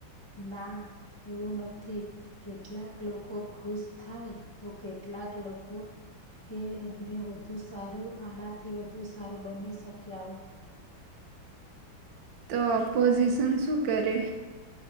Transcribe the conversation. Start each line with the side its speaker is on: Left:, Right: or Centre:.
Left: ના, એવું નથી કેટલાક લોકો ખુશ થાય, તો કેટલું કેટલાક લોકો કે એને વધુ સારું આનાથી વધુ સારું બની શક આવું કે
Right: તો પોઝિશન શું કરે